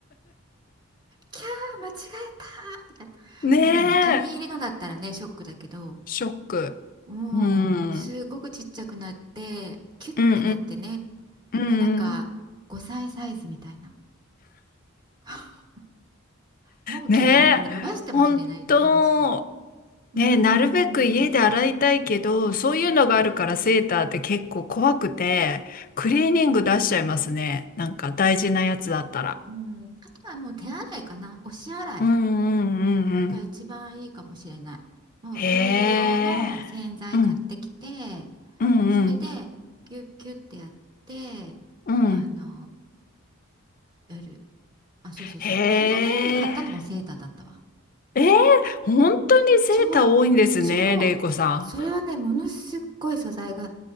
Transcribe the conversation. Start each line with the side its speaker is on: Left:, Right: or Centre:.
Right: キャー、間違えたみたいな。
Left: ねえ、
Right: まあでもお気に入りのだったらね、ショックだけど。
Left: ショック。
Right: もうすごくちっちゃくなってキュッてなってね
Left: うん。うんうん。うんうん
Right: もうなんか5歳サイズみたいな <laughs> もう綺麗なこれ伸ばしても切れないって感じで
Left: ねえ、本当
Right: うーん、
Left: ね、なるべく家で洗いたいけど、そういうのがあるからセーターって結構怖くて、クリーニング出しちゃいますね。なんか大事なやつだったら。
Right: うん、あとはもう手洗いかな押し洗い
Left: うんうんうんうん。
Right: が一番いいかもしれないもうウール用の洗剤買ってきて
Left: へえ。うんうん
Right: それでギュッギュッてやって
Left: うんうん。
Right: あのーやるあそうそうそうでその前に買ったともセーターだったわ
Left: へえ。えー、本当にセーター多いんですね、
Right: 超、超、
Left: れいこさ
Right: それはね、ものすっごい素材が